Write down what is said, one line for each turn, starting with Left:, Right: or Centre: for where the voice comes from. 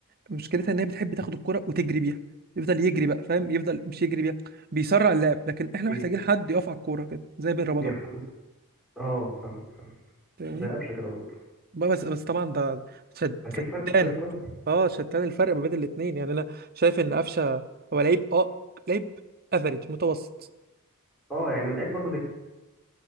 Right: مشكلتها ان هي بتحب تاخد الكرة وتجري بيها يفضل يجري بقى فاهم يفضل مش يجري بيها بيسرع اللعب لكن احنا
Centre: ايه
Right: محتاجين حد يقف على الكوره كده زي بين رمضان
Centre: بيحتفظ اه فاهمك فاهمك
Right: فاهمني
Centre: زي قفشه كده برضه
Right: بقى بس بس طبعا ده شد
Centre: اكيد
Right: فتان
Centre: فرق فرق كواليتي
Right: اه شتان الفرق ما بين الاثنين يعني انا شايف ان قفشه هو لعيب اه لعيب افريج متوسط
Centre: اه يعني لعيب برضه